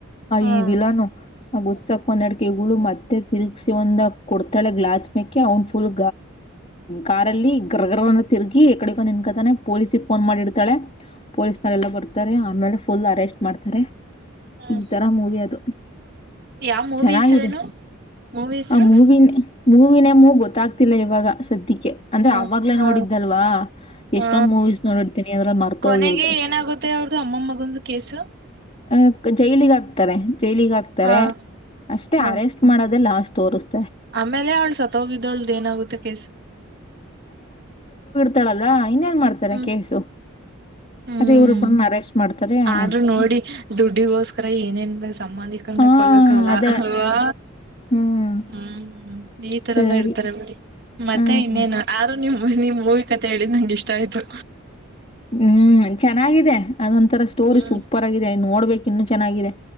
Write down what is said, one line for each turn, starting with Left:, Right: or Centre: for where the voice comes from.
Right: ಹಾ
Left: ಈ
Right: ಹ್ಮ್
Left: ವಿಲಾನು ಹಾಗ ಉತ್ಸಕ್ ಒಂದ ಅಡಕೆು ಮತ್ತತ್ ಮತ್ತೆ ತಿರುಗ್ಸಿ ಒಂದ ಕೊಡ್ತಾಳೆ ಗ್ಲಾಸ್ ಮೆೇಕೆ ಅವನ್ ಫುಲ್ ಕಾರಲ್ಲಿ ಗ್ರಗ ತಿರುಗಿ ಎಡೆ ನಿನ್ಕತಾನೆ ಪೊಲೀಸಿಗೆ ಫೋನ್ ಮಾಡಿ ಇಡ್ತಾಳೆ ಪೊಲೀಸ್ ನಲ್ಲಿ ಎಲ್ಲ ಬರ್ತಾರೆ ಆಮೇಲೆ ಫುಲ್ ಅರೆಸ್ಟ್ ಮಾಡ್ತಾರೆ
Right: ಹ್ಮ್
Left: ಈ ತರ ಮೂವಿ ಅದು
Right: ಯಾವ ಮೂವಿ
Left: ಚೆನ್ನಾಗಿದೆ
Right: ಹೆಸ್ರೇನು ಮೂವಿ ಹೆಸರು
Left: ಆ ಮೂವಿನೇ ಮೂವ ಗೊತ್ತಾಗ್ತಿಲ್ಲ ಇವಾಗ ಸದ್ಯಕ್ಕೆ ಅಂದ್ರೆ
Right: ಹ
Left: ಆವಾಗ್ಲೇ
Right: ಹ
Left: ನೋಡಿದ್ದಲ್ವಾ ಎಷ್ಟೊಂದ್
Right: ಹಾ
Left: ಮೂವೀಸ್ ನೋಡಿರ್ತೀನಿ ಅದ್ರ ಮರ್ತ
Right: ಕೊನೆಗೆ
Left: ಹೋಗಿರುತ್ತೆ
Right: ಏನಾಗುತ್ತೆ ಅವ್ರ್ದು ಅಮ್ಮ ಮಗಂದು ಕೇಸು
Left: ಅ ಜೈಲಿಗಿ ಅಕ್ತಾರೆ ಜೈಲಿಗೆ ಹಾಕ್ತಾರೆ
Right: ಹ
Left: ಅಷ್ಟೇ
Right: ಹ
Left: ಅರೆಸ್ಟ್ ಮಾಡೋದೆ ಲಾಸ್ಟ್ ತೋರಿಸ
Right: ಆಮೇಲೆ ಅವಳು ಸತ್ತ ಹೋಗಿದ್ದವಳ್ದು ಏನಾಗುತ್ತೆ ಕೇಸ್
Left: ತಳಲ್ಲ ಇನ್ನೇನ್ ಮಾಡ್ತಾರೆ
Right: ಹ್ಮ್
Left: ಕೇಸು
Right: ಹ್ಮ್
Left: ಅದೇ ಇವ್ರ ಇಬ್ಬ್ರನ್ನ ಅರೆಸ್ಟ್ ಮಾಡ್ತಾರೆ ತಾರೆ
Right: ಆದ್ರೂ
Left: ಅಷ್ಟೇ
Right: ನೋಡಿ ದುಡ್ಡಿಗೋಸ್ಕರ ಏನೇನ್ ಸಂಬಂಧಿಕರ್ನೇ
Left: ಆ
Right: ಕೊಲ್ಲೊ ಕಾಲ
Left: ಅದೇ
Right: ಅಲ್ವಾ
Left: ಹ್ಮ್.
Right: ಹ್ಮ್ ಈ ತರನ
Left: ಸರಿ
Right: ಇಡ್ತಾರೆ ಬಿಡಿ. ಮತ್ತೆ
Left: ಹ್ಮ್
Right: ಇನ್ನೇನು ಆರು ನಿಮ್ ನಿಮ್ ಮೂವಿ ಕತೆೆ ಹೇಳಿದ್ ನಂಗ ಇಷ್ಟ ಆಯ್ತು.
Left: ಹ್ಮ್ ಚೆನ್ನಾಗಿದೆ. ಅದೊಂಂತರ ಸ್ಟೋರಿ
Right: ಹ್ಮ್
Left: ಸೂಪರ್ ಆಗಿದೆ ನೋಡ್ಬೇಕು. ಇನ್ನು ಚೆನ್ನಾಗಿದೆ.